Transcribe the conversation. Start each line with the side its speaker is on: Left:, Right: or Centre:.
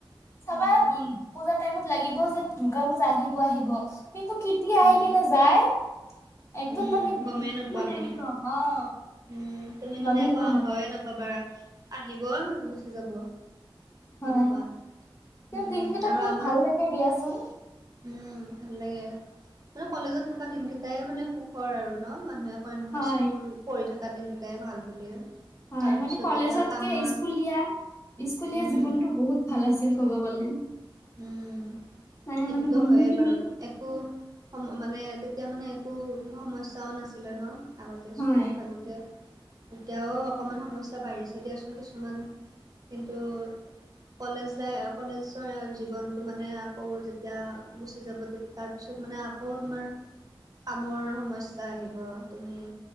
Left: চাবা
Right: উম
Left: চোন পূজাৰ টাইমত লাগিব যে দূৰ্গা পূজা আহিব-আহিব। কিন্তু কিতিয়া
Right: উম
Left: আহি কিনে যায় একদম
Right: উম
Left: মানে
Right: গমেই নোপোৱা
Left: মানে
Right: তুমি
Left: একদম অ'।
Right: উম' তুমি মানে
Left: গমেই
Right: একো
Left: পোৱা
Right: আও
Left: নাযায়
Right: ভাওয়ে নাপাবা আহিব গুচি যাব।
Left: হয়
Right: তেনেকুৱা।
Left: তেওঁ
Right: উম'
Left: দিনকেইটা
Right: আৰু
Left: বহুত
Right: আমাৰ
Left: ভাল লাগে দিয়াচোন
Right: উম' ভাল লাগে। মানে কলেজত থকা দিনকেইটাই মানে সুখৰ আৰু ন মানুহে কয় নহয়
Left: হয়
Right: স্কুল পঢ়ি থকা দিনকেইটাই ভাল বুলিয়ে।
Left: হয়
Right: তাৰপিছত
Left: মানে কলেজতকে
Right: যেতিয়া কামৰ
Left: স্কুলীয়া, স্কুলীয়া
Right: উম,
Left: জীৱনটো বহুত ভাল আছিল ক'ব গ'লে।
Right: উম'
Left: তাৰে
Right: সেইটোতো
Left: মানে বন্ধু
Right: হয়য়ে
Left: খিনি
Right: বাৰু। একো সম মানে তেতিয়া মানে একো সমস্যাও নাছিলে ন। আগতে
Left: হয়
Right: স্কুলত থাকোঁতে। এতিয়াওঁ অকণমান সমস্যা বাঢ়িছে দিয়াচোন কিছুমান। কিন্তু কলেজ লাইফ কলেজৰ জীৱনটো মানে আকৌ যেতিয়া গুচি যাব, তাৰপিছত মানে আকৌ তোমাৰ। কামৰ সমস্যা আহিব, তুমি